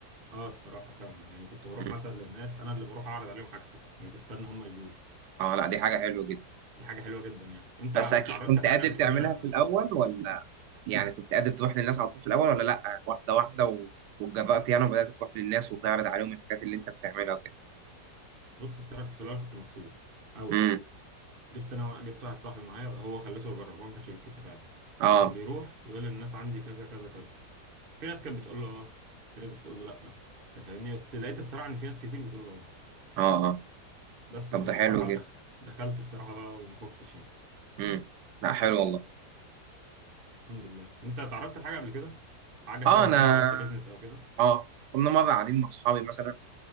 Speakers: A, on the right; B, on the right.
A: اه الصراحة فعلا يعني كنت بروح
B: مم.
A: مثلا للناس انا اللي بروح اعرض عليهم حاجتي مش بستنى هم يجوا لي
B: اه لا دي حاجه حلوه جدا
A: دي حاجة حلوة جدا يعني انت
B: بس
A: ع-
B: اكيد
A: اتعرضت
B: كنت
A: لحاجة
B: قادر
A: قبل
B: تعملها
A: كده
B: في الاول ولا يعني كنت قادر تروح للناس على طول في الاول ولا لا واحده واحده و... واتجبرت يعني وبدات تروح للناس وتعرض عليهم الحاجات اللي انت بتعملها وكده
A: بص الصراحة كنت في الاول كنت مكسوف قوي
B: امم
A: جبت انا جبت واحد صاحبي معايا هو خليته يجرب هو ما كانش بيتكسف عادي
B: اه
A: كان بيروح يقول للناس عندي كذا كذا كذا في ناس كانت بتقول له اه في ناس بتقول له لا انت فاهمني بس لقيت الصراحة ان في ناس كتير بتقول له اه
B: اه اه
A: بس
B: طب
A: فالصراحة
B: ده حلو جدا
A: دخ... دخلت الصراحة بقى وما خفتش يعني
B: امم لا حلو والله
A: الحمد لله انت اتعرضت لحاجة قبل كده حاجة
B: اه
A: شبه
B: انا
A: دي عملت بيزنس او كده
B: اه كنا مره قاعدين مع اصحابي مثلا